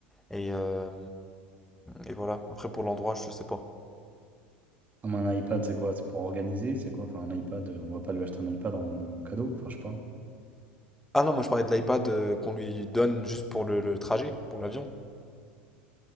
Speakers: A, in the centre; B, on the right.
A: Et, euh, et voilà, après pour l'endroit, je sais pas.
B: Ah, mais Un iPad, c'est quoi? C'est pour organiser? C'est quoi? Enfin, un iPad, euh, on va pas lui acheter un iPad en, en cadeau, enfin, je sais pas.
A: Ah non, moi je parlais de l'iPad euh, qu'on lui donne juste pour le, le trajet, pour l'avion.